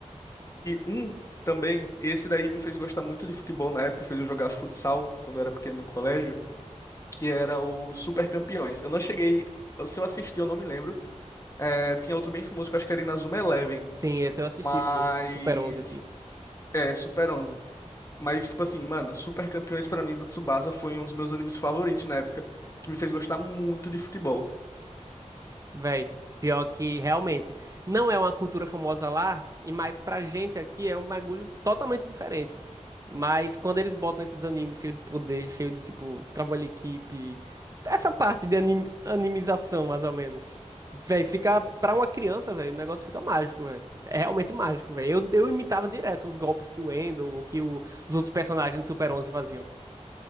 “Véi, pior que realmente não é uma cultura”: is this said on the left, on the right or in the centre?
Right